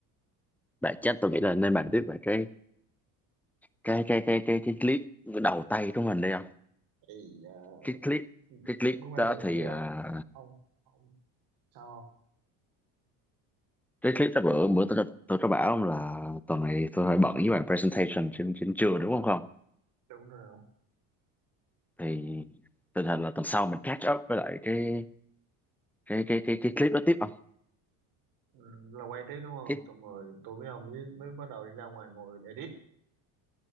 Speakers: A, in the centre; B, on the right.
A: bản chất tôi nghĩ là nên bàn tiếp về cái cái cái cái cái, cái clip đầu tay của mình đây không
B: thì uh,
A: cái clip cái clip
B: cũng mới quay
A: đó
B: được
A: thì
B: thấy
A: à,
B: không ông ông sao không?
A: cái clip đó bữa bữa tôi tôi có bảo ông là tuần này tôi hơi bận với bài presentation trên trên trường đúng không không
B: đúng rồi
A: thì tình hình là tuần sau mình catch up với lại cái cái cái cái cái clip đó tiếp không
B: Ừ, là quay tiếp đúng không
A: cái
B: xong rồi tôi với ông mới, mới bắt đầu đi ra ngoài ngồi edit